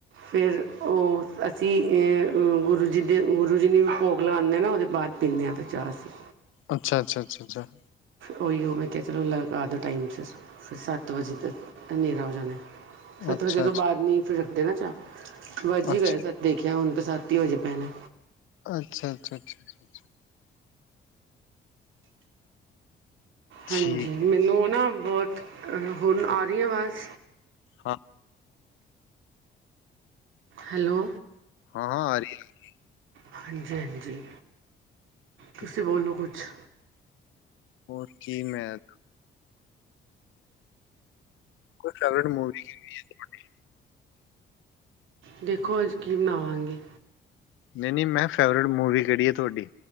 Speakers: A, on the right; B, on the left.
A: ਫਿਰ ਉਹ ਅਸੀਂ ਏ ਅ ਗੁਰੂ ਜੀ ਦੇ ਗੁਰੂ ਜੀ ਨੂੰ ਵੀ ਭੋਗ ਲਗਾਉਂਦੇ ਨਾ, ਉਹਦੇ ਬਾਅਦ ਪੀਂਦੇ ਹਾਂ ਫਿਰ ਚਾਹ ਅਸੀਂ।
B: ਅੱਛਾ, ਅੱਛਾ, ਅੱਛਾ, ਅੱਛਾ।
A: ਉਹੀਓ ਮੈਂ ਕਿਹਾ ਚਲੋ ਲਗਾ ਦਿਓ, ਟਾਈਮ ਸਿਰ ਫਿਰ ਸੱਤ ਵਜੇ ਤੱਕ ਹਨੇਰਾ ਹੋ ਜਾਣਾ। ਸਤ
B: ਅੱਛਾ
A: ਵਜੇ ਤੋਂ
B: ਅੱਛਾ
A: ਬਾਅਦ ਨੀ ਫਿਰ ਦੇਣਾ ਚਾਹ ਵੱਜ
B: ਅੱਛਾ
A: ਹੀ ਗਏ ਸੱਤ ਦੇਖਿਆ ਹੁਣ। ਬਸਾਤੀ ਹੋਜੇ ਪੈਣਾ
B: ਅੱਛਾ, ਅੱਛਾ, ਅੱਛਾ ਸ਼ਾਂ
A: ਹਾਂਜੀ,
B: ਠੀਕ ਹੈ
A: ਮੈਨੂੰ ਨਾ ਬਹੁਤ ਹੁਣ, ਆ ਰਹੀ ਆਵਾਜ਼
B: ਹਾਂ
A: ਹੈਲੋ
B: ਹਾਂ -ਹਾਂ ਆ ਰਹੀ ਏ
A: ਹਾਂਜੀ, ਹਾਂਜੀ ਤੁਸੀਂ
B: ਹੈ
A: ਬੋਲੋ ਕੁਛ?
B: ਹੋਰ ਕੀ ਮੈਂ ਕੁਝ ਟ੍ਰੇਗੜ ਮੂਵੀ ਹੈਗੀ ਏ ਤੁਹਾਡੀ?
A: ਦੇਖੋ, ਅੱਜ ਕੀ ਬਣਾਵਾਂਗੀ।
B: ਨਹੀਂ, ਨਹੀਂ ਮੈਂ ਫੇਵਰਟ ਮੂਵੀ ਕਿਹੜੀ ਹੈ। ਤੁਹਾਡੀ